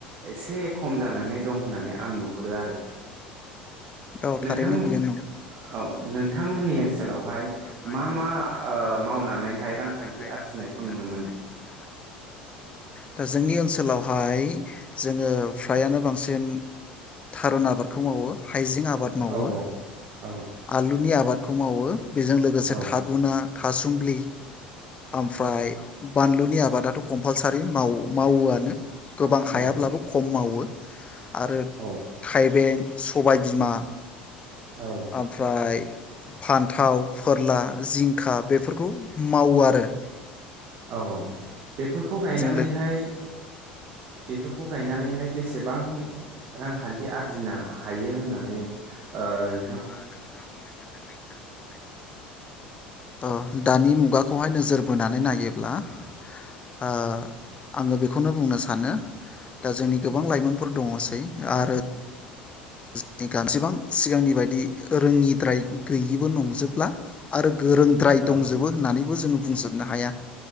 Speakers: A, on the right (about 45°); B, on the left (about 25°).
A: एसे खम जानानै दं होननानै आं नुहरो आरो
B: औ
A: नोंथां
B: थारैनो बेयो
A: औ नोंथांमोननि ओनसोलावहाय
B: माय
A: मा
B: मा मा ओ
A: मावनानैहाय
B: मावनानैहाय
A: रांखान्थि आरजिनायखौ
B: रांखान्थि
A: नुनो
B: आरजिनायखौ
A: मोनो?
B: नुनो मोनो। दा जोंनि ओनसोलावहाय जोङो फ्रायानो बांसिन थारुन आबाद खौ मावो। हाइजें आबाद मावो
A: औ औ
B: आलुनि आबाद खौ मावो बेजों लोगोसे
A: औ
B: थागुना थासुमलि ओमफ्राय बानलुनि आबादाथ' कम्पालसारि मावोआनो गोबां हायाब्लाबो
A: औ
B: खम मावो। आरो
A: औ
B: थाइबें सबाय बिमा
A: औ
B: ओमफ्राय फान्थाव फोरला जिंखा बेफोरखौ माव दो
A: औ औ बेफोरखौ गायनानैहाय
B: लो
A: बेफोर गायनानैहाय बे बेसेबां रांखान्थि आरजिनो हायो होननानै आ नों
B: नोंथाङा बुंनो सानो नै दानि मुगायाव ऐ दानि मुगाखौहाय नोजोर बोनानै नायोब्ला ओ आङो बेखौनो बुंनो सानो दा जोंनि गोबां लाइमोनफोर दङसै आरो <unintelligible> सेबां सिगांनि बायदि रोङिद्राय गैयिबो नंजोबला आरो गोरोंद्राय
A: औ
B: दंजोबो होननानैबो जोङो बुंजोबनो हाया